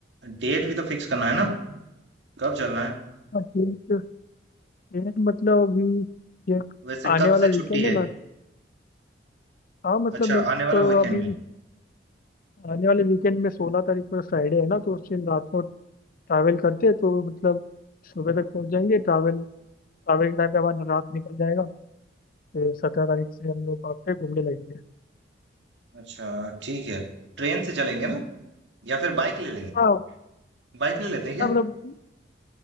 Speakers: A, on the right; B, on the left.
A: डेट भी तो फिक्स करना है ना कब चलना है
B: हाँ डेट डेट मतलब अभी ये
A: वैसे
B: आने
A: कब
B: वाला
A: से
B: वीकेंड
A: छुट्टी है
B: है ना हाँ मतलब
A: अच्छा
B: मेरे को
A: आने वाला
B: तो
A: वीकेंड
B: अभी
A: में
B: आने वाले वीकेंड में सोलह तारीख को फ्राइडे है ना तो उस दिन रात को ट्रैवल करते हैं तो मतलब सुबह तक पहुंच जाएंगे ट्रैवल ट्रैवल के टाइम पे हमारा रात निकल जाएगा फिर सत्रह तारीख से हम लोग वहाँ पे घूमने लगेंगे
A: अच्छा ठीक है ट्रेन से चलेंगे ना या फिर बाइक ले लेंगे
B: हाँ
A: बाइक ले लेते हैं क्या
B: हाँ, मतलब